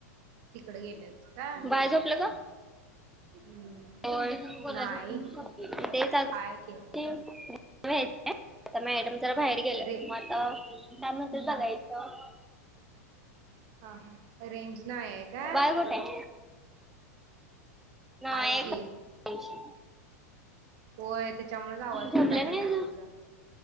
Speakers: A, on the right; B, in the centre.
A: तिकडे गेलेच काय
B: बाळ झोपलं का?
A: हम्म
B: होय तेच
A: नाही
B: आगं
A: हाय की
B: मॅडम जरा बाहेर गेलेत
A: रे
B: म आता काय मनतेत बगायच.
A: हा
B: <unintelligible>
A: हा हा रेंज नाही आहे काय
B: बाळ कुठंय? नाही
A: हाय की
B: करायचे.
A: होय त्याच्यामुळेच आवाज
B: झोपल्या
A: कटायलागलाय
B: नाही अजून?
A: ब तुजा.